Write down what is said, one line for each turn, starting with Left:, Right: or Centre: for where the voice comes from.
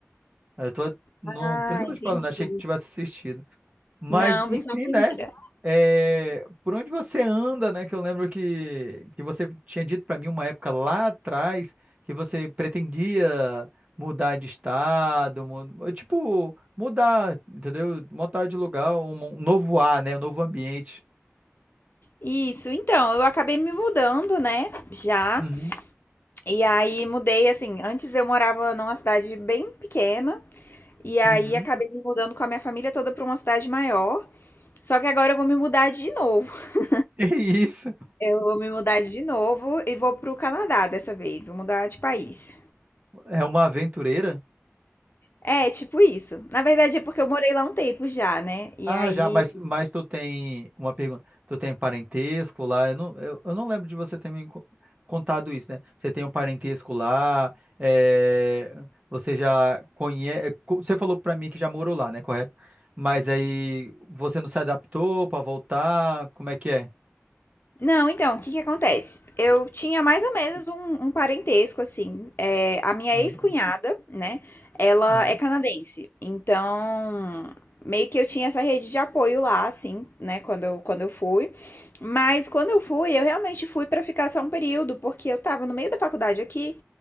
Right: Eu tô, no,
Left: Ah,
Right: por isso que eu
Left: entendi.
Right: tô te falando, achei que tu tivesse assistido. Mas,
Left: Não,
Right: enfim,
Left: vi só a primeira.
Right: né? É, por onde você anda, né? Que eu lembro que, que você tinha dito para mim uma época lá atrás que você pretendia mudar de estado, mu- tipo, mudar, entendeu? Mudar de lugar, um, um novo ar, né? Um novo ambiente.
Left: Isso, então, eu acabei me mudando, né? Já.
Right: Uhum,
Left: E aí mudei assim. Antes eu morava numa cidade bem pequena. E aí
Right: uhum.
Left: acabei me mudando com a minha família toda para uma cidade maior. Só que agora eu vou me mudar de novo. <laughs>
Right: <laughs> É isso.
Left: Eu vou me mudar de novo e vou pro Canadá dessa vez. Vou mudar de país.
Right: É uma aventureira?
Left: É, tipo isso. Na verdade é porque eu morei lá um tempo já, né? E
Right: Ah,
Left: aí
Right: já, mas, mas tu tem uma pergunta. Tu tem parentesco lá? Eu não, eu, eu não lembro de você ter me co- contado isso, né? Você tem um parentesco lá? é, você já conhece. Você falou pra mim que já morou lá, né? Correto? Mas aí você não se adaptou pra voltar? Como é que é?
Left: Não, então, o que que acontece? Eu tinha mais ou menos um, um parentesco, assim. É, a minha
Right: Uhum.
Left: ex-cunhada, né? Ela
Right: Aham.
Left: é canadense. Então, meio que eu tinha essa rede de apoio lá, assim, né? Quando eu, quando eu fui. Mas quando eu fui, eu realmente fui pra ficar só um período, porque eu tava no meio da faculdade aqui